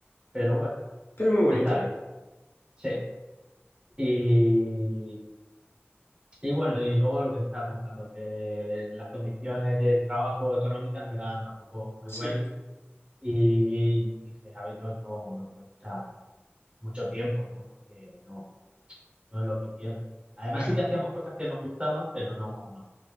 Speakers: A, on the right; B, on the left.
A: pero bueno,
B: pero muy bonita.
A: está bien, sí. Y Y bueno, y luego lo que te estaba contando, que las condiciones de trabajo económicas no eran tampoco muy
B: Sí,
A: buenas. Y dije, a ver, yo aquí no, no puedo estar mucho tiempo, ¿no? Porque no, no es lo que quiero. Además
B: claro,
A: sí que hacíamos cosas que nos gustaban, pero no, no.